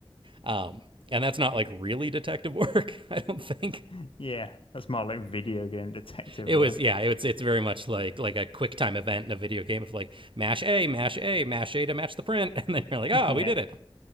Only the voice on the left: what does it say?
<laughs> yeah. That's more like video game detective
work.
<laughs>
Yeah,